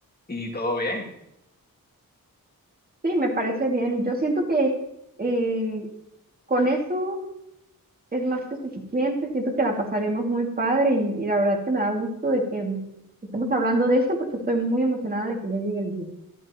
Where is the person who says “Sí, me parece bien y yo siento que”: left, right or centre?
Right